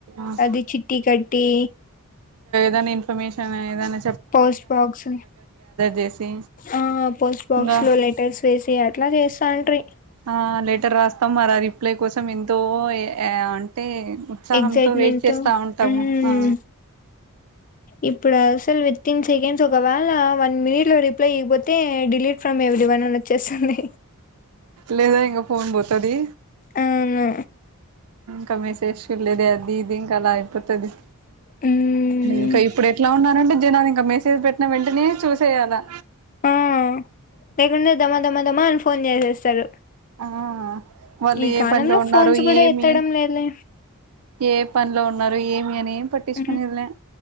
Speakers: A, on the right; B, on the left.
A: ఆ
B: అది చిట్టి కట్టి
A: దాని ఇన్ఫర్మేషన్ ఏదన్న
B: పోస్ట్ బాక్స్,
A: చేసి
B: ఆ పోస్ట్ బాక్స్
A: ఇంగా
B: లో లెటర్స్ వేసేయద్ అట్లా జేస్తాంట్రీ.
A: ఆ లెటర్ రాస్తం, మర ఆ రిప్లై కోసం ఎంతో ఏ అంటే ఉత్సాహంతో
B: ఎగ్జైట్మెంట్
A: వెయిట్ చేస్తా
B: తో
A: ఉంటాము
B: మ్మ్
A: ఆ
B: ఇప్పుడు అసలు విత్ ఇన్ సెకండ్స్ ఒకవేళ వన్ మినిట్ లో రిప్లై ఇవ్వోతే డిలీట్ ఫ్రమ్ ఎవ్రీ వన్ అని వచ్చేస్తుంది
A: లేదా ఇంగ ఫోన్ బోతది
B: అవును
A: కమ్మ శేష చూడలేద అది ఇది ఇంకా అలా అయిపోతుది
B: మ్మ్
A: ఇంకా ఇప్పుడు ఎట్లా ఉన్నారంటే జనానికి ఇంకా మెసేజ్ పెట్టిన వెంటనే చూసేయాలా
B: ఆ లేకుండే దమా దమాదమా అని ఫోన్ చేసేస్తారు
A: ఆ వాళ్ళు
B: ఈ
A: ఏ
B: కాలంలో
A: పనిలో ఉన్నారు
B: ఫోన్స్ కూడా
A: ఏమి
B: ఎత్తడం లేదులే
A: ఏ పనిలో ఉన్నారు ఏమి అని ఏం పట్టించుకునేదిలే
B: ఉ